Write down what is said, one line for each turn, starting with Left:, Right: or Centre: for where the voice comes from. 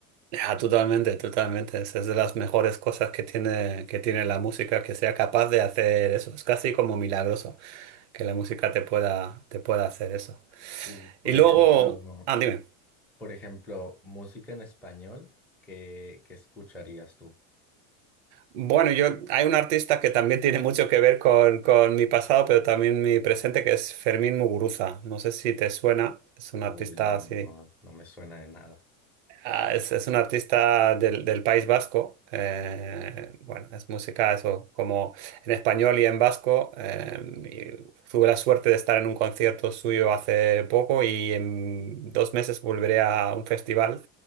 Right: Ah, totalmente, totalmente. Esa es de las mejores cosas que tiene, que tiene la música, que sea capaz de hacer eso. Es casi como milagroso que la música te pueda, te pueda hacer eso.
Centre: Y, por
Right: Y luego,
Centre: ejemplo,
Right: ah, dime.
Centre: Por ejemplo, música en español, ¿qué, qué escucharías tú?
Right: Bueno, yo hay un artista que también tiene mucho que ver con, con mi pasado, pero también mi presente, que es Fermín Muguruza. No sé si te suena, es un
Centre: Uy,
Right: artista
Centre: no,
Right: así.
Centre: no, no me suena de nada.
Right: Ah, es, es un artista del, del País Vasco. eh, bueno, es música, eso, como en español y en vasco. eh, y tuve la suerte de estar en un concierto suyo hace poco y en dos meses volveré a un festival